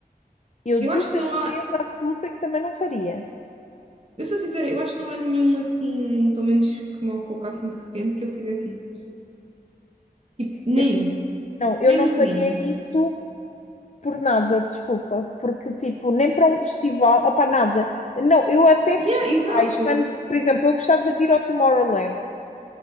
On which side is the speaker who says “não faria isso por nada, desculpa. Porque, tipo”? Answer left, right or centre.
Left